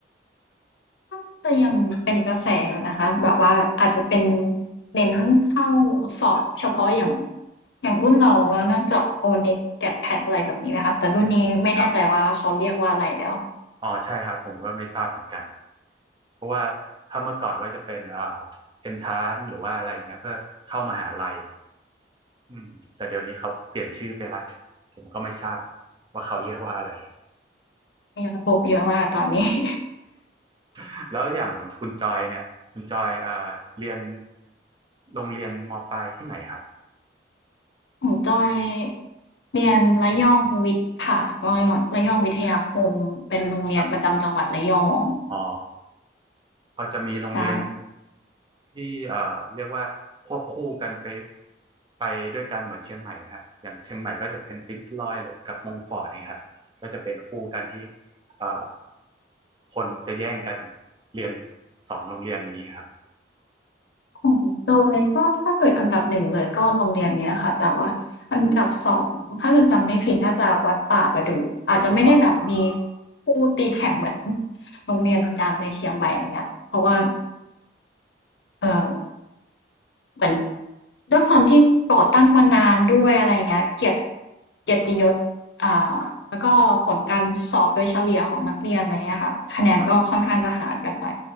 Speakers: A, on the left; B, on the right.
A: ก็จะยังเป็นกระแสอยู่นะคะแบบว่าอาจจะเป็นเน้นเข้าสอบเฉพาะอย่างอย่างรุ่นเราแล้วน่าจะ O-NET GAT-PAT อะไรแบบนี้ไหมคะแต่รุ่นนี้ไม่แน่ใจว่าเขาเรียกว่าอะไรแล้ว
B: ครับอ๋อใช่ครับผมก็ไม่ทราบเหมือนกันเพราะว่าถ้าเมื่อก่อนก็จะเป็นเอ่อเอนทานหรือว่าอะไรเงี้ยเพื่อเข้ามหาลัยอืมแต่เดี๋ยวนี้เขาเปลี่ยนชื่อไปละผมก็ไม่ทราบว่าเขาเรียกว่าอะไร
A: มีระบบเยอะมากตอนนี้ <laughs>
B: <laughs> แล้วอย่างคุณจอยเนี่ยคุณจอยเอ่อเรียนโรงเรียนมปลายที่ไหนครับ
A: ของจอยเรียนระยองวิทย์ค่ะระยองระยองวิทยาคมเป็นโรงเรียนประจำจังหวัดระยอง
B: ครับอ๋อ พอจะมีโรงเรียน
A: ใช่
B: ที่เอ่อเรียกว่าควบคู่กันไปไปด้วยกันเหมือนเชียงใหม่นะครับอย่างเชียงใหม่ก็จะเป็นปรินซ์รอยหรือกับมงฟอร์ดนะครับก็จะเป็นคู่กันที่เอ่อคนจะแย่งกันเรียนสองโรงเรียนนี้ครับ
A: ของเตยก็ถ้าเกิดอันดับหนึ่งเลยก็โรงเรียนเนี้ยค่ะแต่ว่าอันดับสองถ้าเกิดจำไม่ผิดน่าจะวัดป่าประดู่อาจจะไม่ได้แบบมี
B: อ๋อ
A: คู่ตีแข่งเหมือนโรงเรียนดังในเชียงใหม่อย่างเงี้ยเพราะว่าเอ่อเหมือนด้วยความที่ก่อตั้งมานานด้วยอะไรอย่างเงี้ยเกียรติเกียรติยศอ่าแล้วก็ผลการสอบโดยเฉลี่ยของนักเรียนอะไรเงี้ยค่ะคะแนนก็ค่อนข้างจะห่างกันไป
B: ครับ